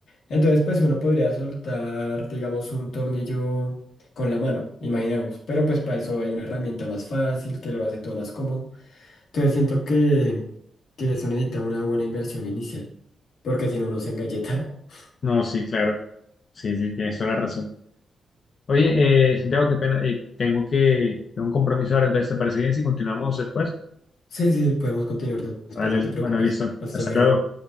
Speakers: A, on the left; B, on the left.
A: Entonces, pues uno podría soltar, digamos, un tornillo con la mano, imaginamos. Pero pues para eso hay una herramienta más fácil que lo hace todo más cómodo. Entonces siento que, que eso necesita una buena inversión inicial, porque si no uno se engalleta. <laughs>
B: No, sí, claro, sí, sí, tienes toda la razón. Oye, eh, Santiago, qué pena, eh, tengo que, tengo un compromiso ahora, entonces, ¿te parece bien si continuamos después?
A: Sí, sí, podemos continuar después,
B: Vale,
A: no te preocupes.
B: bueno, listo,
A: Hasta
B: hasta
A: luego.
B: luego.